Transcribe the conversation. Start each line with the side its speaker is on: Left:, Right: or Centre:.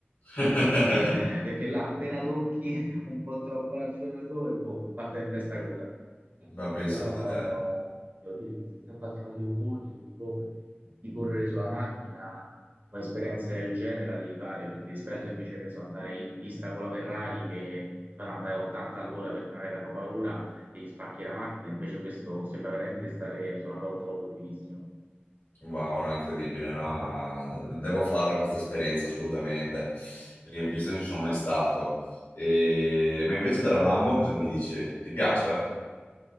Left: <laughs>
Right: <laughs> Perché là appena tocchi un po' troppo l'acceleratore, boh, parte in testa coda.
Left: Ma pensa
Right: Però
Left: a te,
Right: devo dire che se stai appassionato di motori e di, co- e di correre sulla macchina, un'esperienza del genere la devi fare, perché rispetto invece che ne so, andare in pista con la Ferrari che ti fanno andare a 80 all'ora perché magari hanno paura, ti spacchi la macchina, invece questo sembra veramente stare su una Formula 1 fighissimo.
Left: wow, no, incredibile, no? ma de- Devo farla questa esperienza assolutamente, perché in pista non ci sono mai stato. E- Ma invece della Lambo cosa mi dici? Ti piace?